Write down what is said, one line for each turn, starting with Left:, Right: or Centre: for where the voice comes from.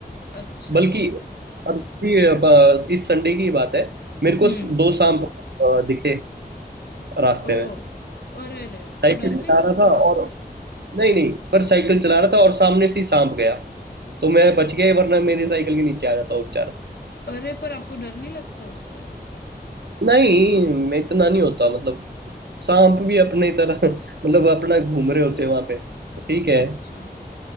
Left: अच्छा
Right: बल्कि अभी अब इस संडे की बात है मेरे को
Left: हम्म
Right: दो सांप अ, दिखे रास्ते
Left: ओ
Right: में
Left: और अरे
Right: साइकिल
Left: तो डर नहीं
Right: चला
Left: लगता
Right: रहा था
Left: आपको
Right: और नहीं नहीं पर साइकिल चला रहा था और सामने से ही सांप गया तो मैं बच गया वरना मेरी साइकिल के नीचे आ जाता वो बेचारा
Left: अरे पर आपको डर नहीं लगता उससे
Right: नहीं मैं इतना नहीं होता मतलब सांप भी अपने तरह <laughs> मतलब अपना घूम रहे होते हैं वहां पे ठीक है
Left: अच्छा